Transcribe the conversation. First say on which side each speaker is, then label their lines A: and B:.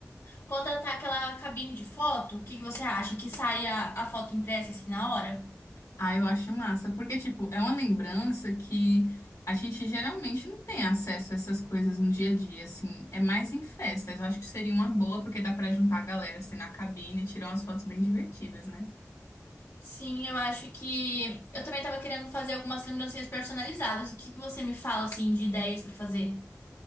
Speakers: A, on the left; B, on the left.
A: contratar aquela cabine de foto. O que que você acha? Que saia a foto impressa assim na hora?
B: Ah, eu acho massa, porque, tipo, é uma lembrança que a gente geralmente não tem acesso a essas coisas no dia a dia, assim, é mais em festas. Eu acho que seria uma boa, porque dá pra juntar a galera, assim, na cabine e tirar umas fotos bem divertidas, né?
A: Sim, eu acho que eu também tava querendo fazer algumas lembrancinhas personalizadas. O que que você me fala assim de ideias pra fazer?